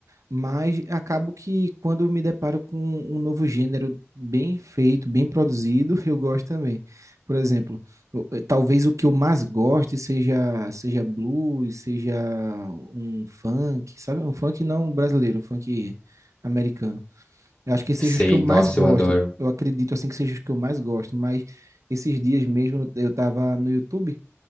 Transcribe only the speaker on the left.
Sei,
nossa,
eu adoro.